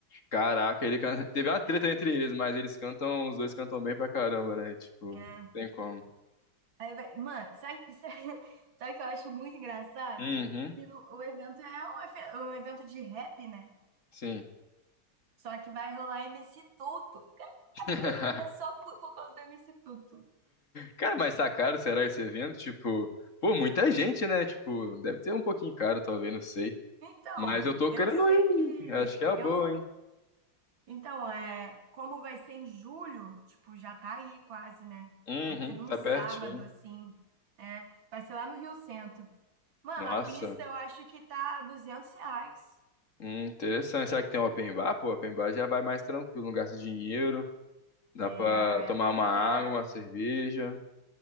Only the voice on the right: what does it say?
né?
Aí vai, mano, sabe, que- <laughs> sabe o que eu acho muito engraçado?
Que no- o evento é um, efe- um evento de rap, né?
Só que vai rolar MC Tuto. Caraca,
eu iria só por, por causa do MC Tuto.
Então,
eu
sei
que
eu
não
Então, é, como vai ser em julho, tipo, já tá aí quase, né?
Vai ser num
sábado,
assim, né? Vai ser lá no Rio Centro. Mano,
a pista eu acho que tá 200 reais.
É,
aí
a pista...